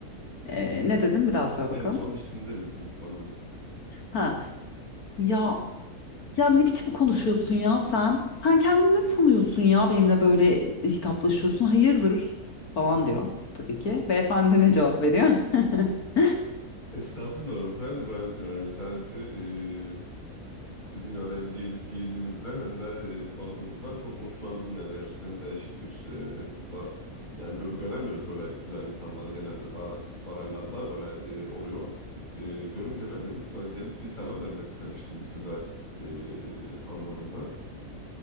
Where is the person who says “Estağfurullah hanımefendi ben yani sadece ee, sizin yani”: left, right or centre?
Left